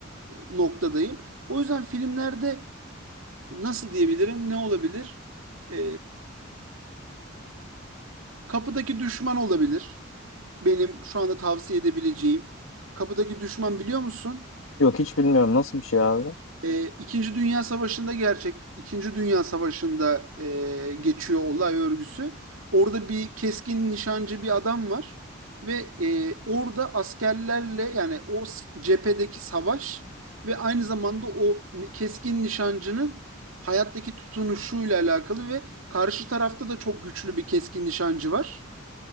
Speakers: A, on the right (about 80°); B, on the left (about 75°).
A: e, noktadayım. O yüzden filmlerde nasıl diyebilirim ne olabilir? E, kapıdaki düşman olabilir. Benim şu anda tavsiye edebileceğim. Kapıdaki düşman biliyor musun?
B: Yok hiç bilmiyorum nasıl bir şey abi.
A: Ee, İkinci Dünya Savaşı'nda gerçek, İkinci Dünya Savaşı'nda e, geçiyor olay örgüsü. Orada bir keskin nişancı bir adam var ve e, orada askerlerle yani o s- cephedeki savaş ve aynı zamanda o ni- keskin nişancının hayattaki tutunuşuyla alakalı ve karşı tarafta da çok güçlü bir keskin nişancı var